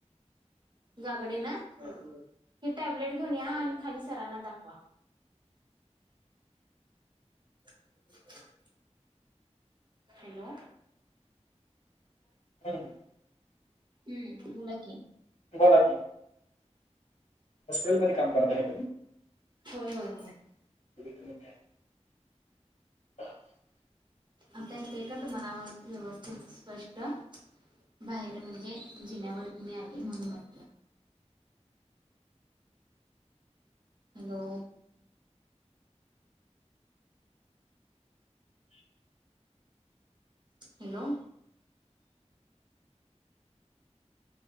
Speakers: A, on the right; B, on the left.
A: गागडे ना हे टॅबलेट घेऊन या आणि खाली सरांना दाखवा? <inaudible> हॅलो!
B: हम्म
A: हम्म बोला की.
B: बोला की. हॉस्पिलमध्ये काम करता काय तुम्ही.
A: होय होय.
B: ब आहे. आवाज नाही येत.
A: आता येतोय का तुम्हाला व्यवस्थित स्पष्ट. बाहेर म्हणजे जिण्यावरती मी आली म्हणून म्हटल. हॅलो! हॅलो!